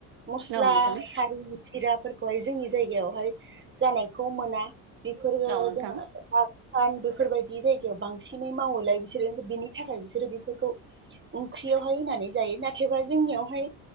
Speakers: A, on the right; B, on the right.
A: मस्ला
B: औ नोंथां
A: हारिनि जिराफोरखौहाय जोंनि जायगायावहाय जानायखौ मोना बेफोरो
B: औ नोंथां
A: जोङो फान बेफोरबायदि जायगायाव बांसिनै मावोलाय बिसोरो बेनि थाखाय बिसोरो बेफोरखौ ओंख्रियावहाय होननानै जायो नाथायबा जोंनियावहाय